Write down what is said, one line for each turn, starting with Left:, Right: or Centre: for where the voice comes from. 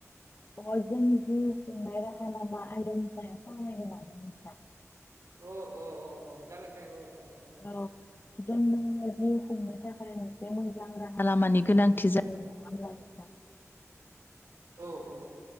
Left: अ जों जिउ खुंनाय राहा लामा आयरननि सायाव सावरायनो लादों नोंथां
Right: अ अ अ जागोन दे औ जागोन जागोन
Left: औ जोंनो जिउ खुंनो थाखाय मोनसे मोजां राहा लामानि गोनांथि जायो <unintelligible>
Right: औ औ